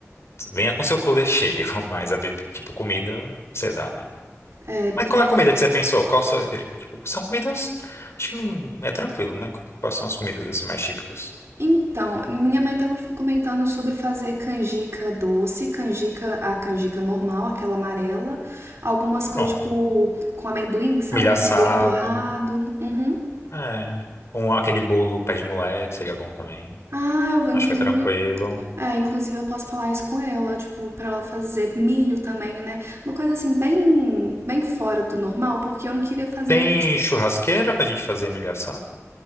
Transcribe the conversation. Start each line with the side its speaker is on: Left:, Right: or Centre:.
Left: Venha com seu cooler cheio, <laughs> mas a bebida, tipo, comida você dá, né?
Right: É, porque.
Left: Mas qual é a comida que você pensou? Qual são, tipo, são comidas. Acho que não é tranquilo, né? Quais são as comidas assim mais típicas?
Right: Então, minha mãe tava comentando sobre fazer canjica doce, canjica, a canjica normal, aquela amarela, algumas coisas
Left: Pronto.
Right: tipo com amendoim, sabe?
Left: Milho assado.
Right: Amendoim torrado. Uhum.
Left: É. Um, aquele bolo pé de moleque seria bom também.
Right: Ah, eu inclusive.
Left: Acho que é tranquilo.
Right: É, inclusive eu posso falar isso com ela, tipo, pra ela fazer milho também, né? Uma coisa assim, bem, bem fora do normal, porque eu não queria fazer,
Left: Tem
Right: tipo,
Left: churrasqueira pra gente fazer milho assado?